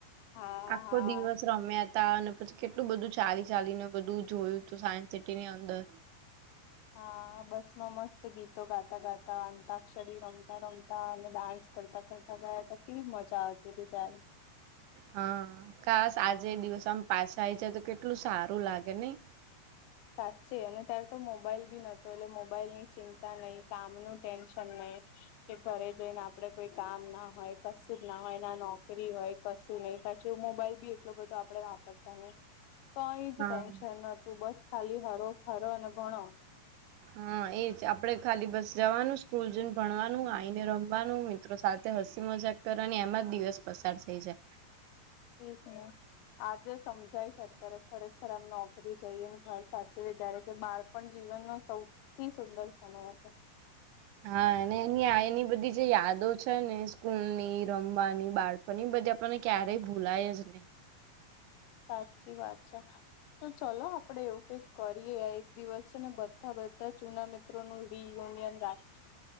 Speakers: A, on the left; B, on the right.
A: હા
B: આખો
A: હા
B: દિવસ રમ્યા ત અને પછી કેટલું બધું ચાલી ચાલીને બધું જોયું હતું સાયન્સ સિટીની અંદર
A: હા બસ માં મસ્ત ગીતો ગાતા ગાતા અંતાક્ષરી રમતા રમતા અને ડાન્સ કરતા કરતા ગયા હતા કે મજા આવતી હતી તારે
B: હા ખાસ આજે દિવસ આમ પાછા આવીય છે તો કેટલું સારું લાગે નહી?
A: સાચે અને ત્યારે તો મોબાઈલ બી નહોતો એટલે મોબાઈલ ની ચિંતા નહી કામનું ટેન્શન નહી. કે ઘરે જઈને આપડે કોઈ કામ ના હોય કશું જ ના હોય ના નોકરી હોય કશું નઈ પાછી મોબાઈલ બી એટલો બધો આપડે વાપરતા નઈ. કઈ જ
B: હા
A: ટેન્શન નતું બસ ખાલી હરો ફરો ને ભણો.
B: હા એજ આપડે ખાલી બસ જવાનું સ્કૂલ જને ભણવાનું આવીને રમવાનું. મિત્રો સાથે હસી મજાક કરવાો અને એમાં જ દિવસ પસાર થઈ જાય.
A: એ છે. આજે સમજાય છે અત્યારે ખરેખર આમ નોકરી જઈએ ને ઘર સાચીવીવે જયારે કે બળ પણ જીવનનો સૌથી સુંદર સમય હતો.
B: હા અને એની એની બધી જે યાદો છે ને સ્કૂલ ની રમવાની બાળકો પણ બધી આપણને ક્યારેય ભૂલાય જ નહી.
A: સાચી વાત છે. તો ચલો આપડે એવું કઈક કરીએ એક દિવસ છે. ને બધા બધા જૂના મિત્રોનુ બ યુનિયન રા